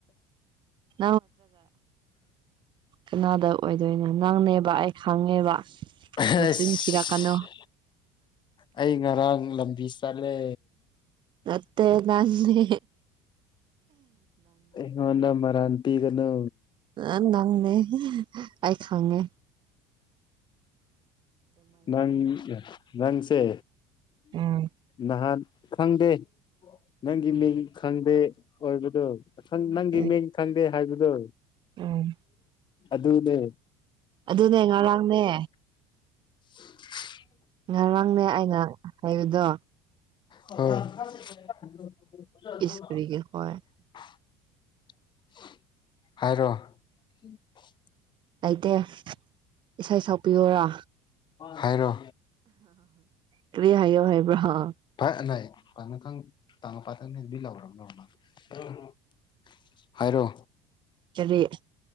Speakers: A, on the right; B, on the left.
A: <unintelligible> ꯀꯅꯥꯗ ꯑꯣꯏꯗꯣꯏꯅꯣ ꯅꯪꯅꯦꯕ ꯑꯩ ꯈꯪꯉꯦꯕ
B: ꯑꯁ
A: ꯃꯆꯤꯟ ꯊꯤꯔꯛꯀꯅꯣ
B: ꯑꯩ ꯉꯔꯥꯡ ꯂꯝꯕꯤ ꯆꯠꯂꯦ
A: ꯅꯠꯇꯦ ꯅꯡꯅꯦ
B: ꯑꯩꯉꯣꯟꯗꯥ ꯃꯔꯥꯜ ꯄꯤꯒꯅꯣ
A: ꯑ ꯅꯪꯅꯦ ꯑꯩ ꯈꯡꯉꯦ
B: ꯅꯪ ꯅꯪꯁꯦ
A: ꯎꯝ
B: ꯅꯍꯥꯟ ꯈꯪꯗꯦ ꯅꯪꯒꯤ ꯃꯤꯡ ꯈꯪꯗꯦ ꯑꯣꯏꯕꯗꯣ ꯅꯪꯒꯤ
A: ꯎꯝ
B: ꯃꯤꯡ ꯈꯪꯗꯦ ꯍꯥꯏꯕꯗꯣ
A: ꯎꯝ
B: ꯑꯗꯨꯅꯦ
A: ꯑꯗꯨꯅꯦ ꯉꯔꯥꯡꯅꯦ
B: <inaudible>
A: ꯉꯔꯥꯡꯅꯦ ꯑꯩꯅ ꯍꯥꯏꯕꯗꯣ
B: <unintelligible>
A: ꯏꯁ ꯀꯔꯤꯒꯤ ꯍꯣꯏ
B: ꯍꯥꯏꯔꯣ <inaudible>
A: ꯂꯩꯇꯦ ꯏꯁꯩ ꯁꯛꯄꯤꯌꯣꯔꯥ
B: ꯍꯥꯏꯔꯣ
A: ꯀꯔꯤ ꯍꯥꯏꯎ ꯍꯥꯏꯕ꯭ꯔꯥ
B: <unintelligible> ꯍꯥꯏꯔꯣ
A: ꯀꯔꯤ